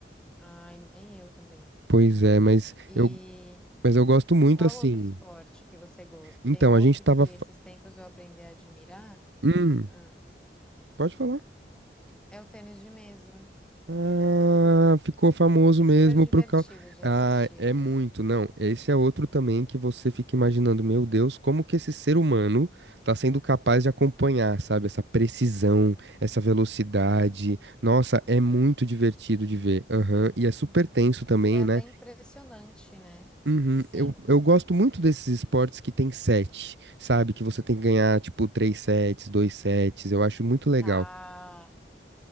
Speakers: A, in the centre; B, on the right.
A: Ai, nem eu também.
B: Pois é, mas
A: E
B: eu, mas eu gosto muito
A: qual
B: assim.
A: outro esporte que você gosta?
B: Então,
A: Tem um
B: a
A: outro
B: gente tava
A: que esses tempos eu aprendi a admirar.
B: Hum,
A: Ah,
B: pode falar.
A: É o tênis de mesa.
B: Ah, ficou famoso
A: É super
B: mesmo
A: divertido
B: pro cal...
A: de
B: Ah,
A: assistir,
B: é
A: né?
B: muito, não. Esse é outro também que você fica imaginando, meu Deus, como que esse ser humano tá sendo capaz de acompanhar, sabe? Essa precisão, essa velocidade. Nossa, é muito divertido de ver. Aham, E é super tenso também,
A: É até
B: né?
A: impressionante, né?
B: Uhum,
A: Sim.
B: Eu, eu gosto muito desses esportes que tem sete, sabe? Que você tem que ganhar, tipo, três sets, dois sets. Eu acho muito legal.
A: Tá.